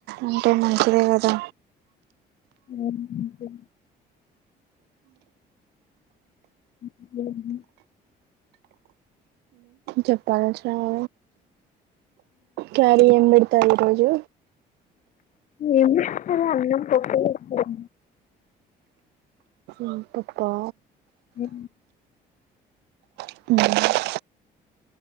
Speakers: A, on the right (about 80°); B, on the left (about 50°).
A: ఉంటే మంచిదే కదా
B: <unintelligible> <unintelligible>
A: చెప్పాలే చాలా క్యారీ ఏం పెడతారు ఈరోజు
B: ఏముంటది అన్నం పప్పు చేస్తారు
A: ఆ పప్పా
B: ఊ
A: ఊ